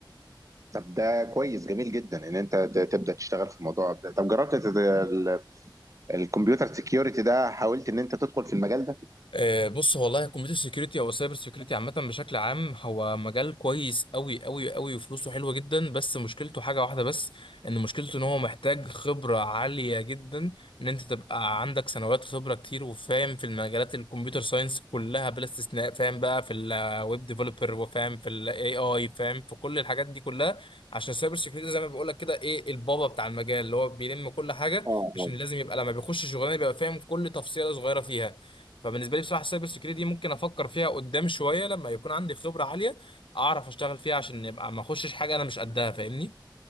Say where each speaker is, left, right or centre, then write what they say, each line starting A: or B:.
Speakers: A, on the right; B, on the left.
A: طب ده كويس جميل جدا ان انت ت- تبدا تشتغل في الموضوع ده طب جربت تت- ال- الكمبيوتر سيكيورتي ده حاولت ان انت تدخل في المجال ده
B: آه، بص هو والله الكمبيوتر سيكيورتي او السايبر سيكيورتي عامه بشكل عام هو مجال كويس قوي قوي قوي وفلوسه حلوه جدا بس مشكلته حاجه واحده بس ان مشكلته ان هو محتاج خبره عاليه جدا ان انت تبقى عندك سنوات خبره كتير وفاهم في المجالات الكمبيوتر ساينس كلها بلا استثناء فاهم بقى في الويب ديفلوبر وفاهم في الاي اي فاهم في كل الحاجات دي كلها عشان السايبر سيكيورتي زي ما بقول لك كده ايه البابا بتاع المجال اللي هو بيلم كل حاجه
A: اه
B: عشان
A: اه
B: لازم يبقى لما بيخش شغلانه بيبقى فاهم كل تفصيله صغيره فيها فبالنسبه لي بصراحه السايبر سكيورتي دي ممكن افكر فيها قدام شويه لما يكون عندي خبره عاليه اعرف اشتغل فيها عشان يبقى ما اخشش حاجه انا مش قدها فاهمني